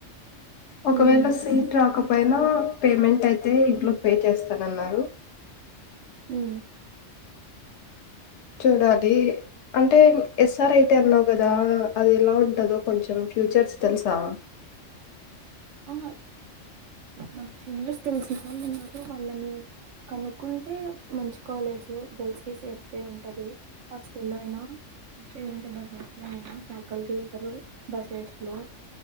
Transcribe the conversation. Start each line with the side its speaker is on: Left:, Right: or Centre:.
Left: ఒకవేళ
Right: ఉమ్
Left: సీట్ రాకపో పోయినా పేమెంట్ అయితే ఇంట్లో పే చేస్తానన్నారు.
Right: హు
Left: చూడాలి అంటే ఎస్ ఆర్ ఐటి అన్నావు కదా, అది ఎలా ఉంటదో కొంచెం ఫ్యూచర్స్ తెల్సా
Right: ఆహ నాక్ సీనియర్స్ తెలిసిన వాళ్ళు ఉన్నారు. వాళ్ళని కనుక్కుంటే మంచి కాలేజ్ గర్ల్స్ కి సేఫ్టీ ఉంటంది‌. హాస్ట లో అయినా లేదంటే బస్ అయినా ఫ్యాకల్టీ ఉంటారు. బసెస్ లో